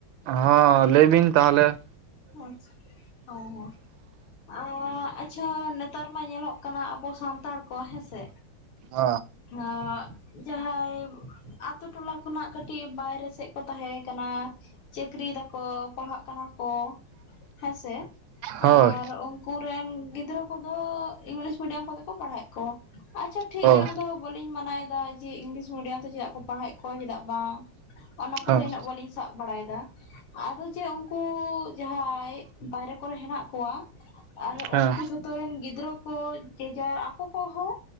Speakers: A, on the right (about 75°); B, on the left (about 80°).
A: ᱦᱚᱸ, ᱞᱟᱹᱭ ᱵᱤᱱ ᱛᱟᱦᱚᱞᱮ ᱾
B: ᱚᱞ ᱪᱤᱠᱤ, ᱦᱮᱸ ᱦᱮᱸ ᱾ ᱟ, ᱟᱪᱪᱷᱟ ᱱᱮᱛᱟᱨ ᱢᱟ ᱧᱮᱞᱚᱜ ᱠᱟᱱᱟ ᱟᱵᱚ ᱥᱟᱱᱛᱟᱲ ᱠᱚ ᱦᱮᱸᱥᱮ
A: ᱦᱚ ᱾
B: ᱟᱸ ᱡᱟᱦᱟᱸᱭ ᱟᱛᱳ ᱴᱚᱞᱟ ᱠᱷᱚᱱᱟᱜ ᱠᱟᱹᱴᱤᱡ ᱵᱟᱭᱨᱮ ᱥᱮᱫ ᱠᱚ ᱛᱟᱦᱮᱸ ᱟᱠᱟᱱᱟ ᱾ ᱪᱟᱹᱠᱨᱤᱭ ᱮᱫᱟ ᱠᱚ ᱯᱟᱲᱦᱟᱜ ᱠᱟᱱᱟ ᱠᱚ, ᱦᱮᱸᱥᱮ
A: ᱦᱳᱭ
B: ᱟᱨ ᱩᱱ ᱩᱱᱠᱩ ᱨᱮᱱ ᱜᱤᱫᱽᱨᱟᱹ ᱠᱚᱫᱚ ᱤᱝᱞᱤᱥ ᱢᱤᱰᱤᱭᱟᱢ ᱠᱚᱛᱮ ᱠᱚ ᱯᱟᱲᱦᱟᱣᱮᱫ ᱠᱚᱣᱟ ᱾ ᱟᱪᱪᱷᱟ ᱴᱷᱤᱠ
A: ᱦᱳᱭ
B: ᱜᱮᱭᱟ ᱚᱱᱟ ᱫᱚ ᱵᱟᱹᱞᱤᱧ ᱢᱟᱱᱟᱭ ᱮᱫᱟ ᱡᱮ ᱤᱝᱞᱤᱥ ᱢᱤᱰᱤᱭᱟᱢ ᱛᱮ ᱪᱮᱫᱟᱜ ᱠᱚ ᱯᱟᱲᱦᱟᱣᱮᱫ ᱠᱚᱣᱟ, ᱪᱮᱫᱟᱜ ᱵᱟᱝ ᱚᱱᱟ ᱠᱚᱫᱚ
A: ᱦᱮᱸ
B: ᱤᱱᱟᱹᱜ ᱵᱟᱹᱞᱤᱧ ᱥᱟᱵ ᱵᱟᱲᱟᱭᱮᱫᱟ ᱾ ᱟᱫᱚ ᱪᱮ ᱩᱱᱠᱩ ᱡᱟᱦᱟᱸᱭ ᱵᱟᱭᱨᱮ ᱠᱚᱨᱮ ᱦᱮᱱᱟᱜ ᱠᱚᱣᱟ ᱟᱨ
A: ᱦᱮᱸ
B: ᱩᱱᱠᱩ ᱡᱷᱚᱛᱚ ᱨᱮᱱ ᱜᱤᱫᱽᱨᱟᱹ ᱠᱚ ᱡᱮᱡᱟᱨ ᱟᱠᱚ ᱠᱚᱦᱚᱸ